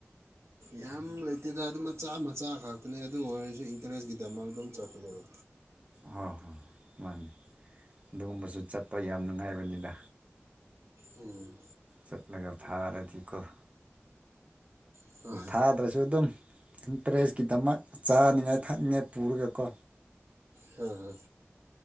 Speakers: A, on the right; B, on the right.
A: ꯌꯥꯝ ꯂꯩꯇꯦꯗ ꯑꯗꯨꯝ ꯃꯆꯥ ꯃꯆꯥ ꯈꯛꯇꯅꯦ ꯑꯗꯨ ꯑꯣꯏꯔꯁꯨ ꯏꯟꯇꯔꯦꯁꯀꯤꯗꯃꯛꯇꯥ ꯑꯗꯨꯝ ꯆꯠꯄꯅꯦꯕ
B: ꯍꯣꯏ ꯍꯣꯏ ꯃꯥꯅꯦ ꯑꯗꯨꯒꯨꯝꯕꯁꯨ ꯆꯠꯄ ꯌꯥꯝ ꯅꯨꯡꯉꯥꯏꯕꯅꯤꯗ
A: ꯎꯝ
B: ꯆꯠꯂꯒ ꯐꯥꯔꯗꯤꯀꯣ
A: ꯑꯥ
B: ꯑꯗꯨꯁꯨ ꯑꯗꯨꯝ ꯏꯟꯇꯔꯦꯁꯀꯤꯗꯃꯛ ꯆꯥꯅꯤꯡꯉꯥꯏ ꯊꯛꯅꯤꯡꯉꯥꯏ ꯄꯨꯔꯒꯀꯣ
A: ꯍꯨ ꯍꯨ